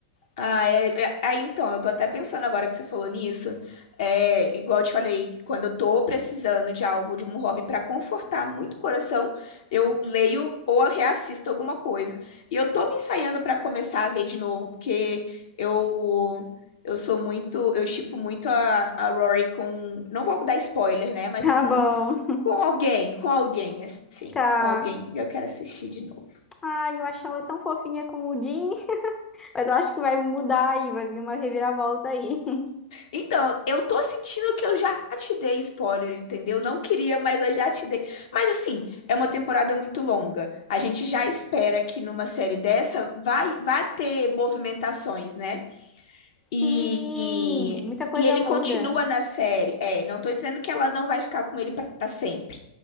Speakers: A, on the left; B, on the left.
A: Ah, é, é- aí então, eu tô até pensando agora que você falou nisso. É, igual eu te falei, quando eu tô precisando de algo, de um hobby pra confortar muito o coração, eu leio ou eu reassisto alguma coisa. E eu tô me ensaiando pra começar a ver de novo, porque eu eu sou muito, eu shippo muito a, a Rory com, não vou dar spoiler, né, mas
B: Tá
A: com
B: bom.
A: com alguém, com alguém assim,
B: Tá.
A: com alguém. Eu quero assistir de novo.
B: Ai, eu achava tão fofinha com o Jim, mas eu acho que vai mudar aí, vai vir uma reviravolta aí. <laughs>
A: Então, eu tô sentindo que eu já te dei spoiler, entendeu? Não queria, mas eu já te dei. Mas assim, é uma temporada muito longa. A gente já espera que numa série dessa vai, vai ter movimentações, né? E,
B: Sim,
A: e,
B: muita coisa
A: e ele
B: muda.
A: continua na série. É, não tô dizendo que ela não vai ficar com ele pra sempre.